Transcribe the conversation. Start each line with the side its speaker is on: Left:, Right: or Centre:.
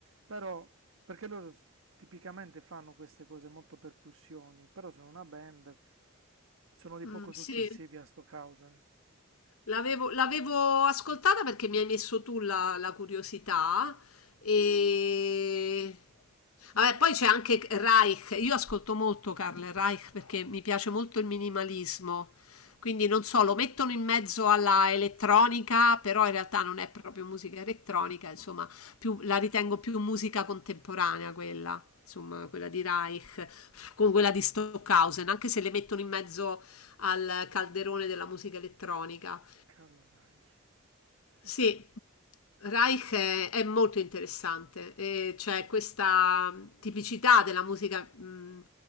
Right: però perché loro s- tipicamente fanno queste cose molto percussioni, però sono una band, sono di
Left: mm,
Right: poco
Left: sì.
Right: successivi a Stockhausen.
Left: L'avevo l'avevo ascoltata perché mi hai messo tu la, la curiosità e... Vabbè, poi c'è anche Reich, io ascolto molto Karl Reich perché mi piace molto il minimalismo, quindi non so, lo mettono in mezzo alla elettronica, però in realtà non è proprio musica elettronica, insomma, più- la ritengo più musica contemporanea quella, insomma, quella di Reich, con quella di Stockhausen, anche se le mettono in mezzo al calderone della musica elettronica.
Right: Karl Reich,
Left: Sì,
Right: ok.
Left: Reich è, è molto interessante, e c'è questa tipicità della musica mh,